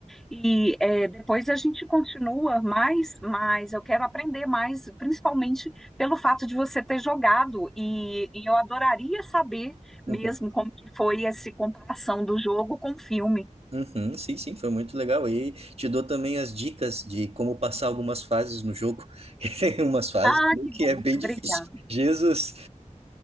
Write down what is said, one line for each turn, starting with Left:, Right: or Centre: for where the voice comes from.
Centre: E é, depois a gente continua mais, mais. Eu quero aprender mais, principalmente pelo fato de você ter jogado. E, e eu adoraria saber mesmo
Right: uhum,
Centre: como que foi essa comparação do jogo com o filme.
Right: uhum. Sim, sim, foi muito legal. E te dou também as dicas de como passar algumas fases no jogo, <laughs> que tem umas fases
Centre: Ah, que
Right: que
Centre: bom,
Right: é bem
Centre: obrigada.
Right: difícil. Jesus.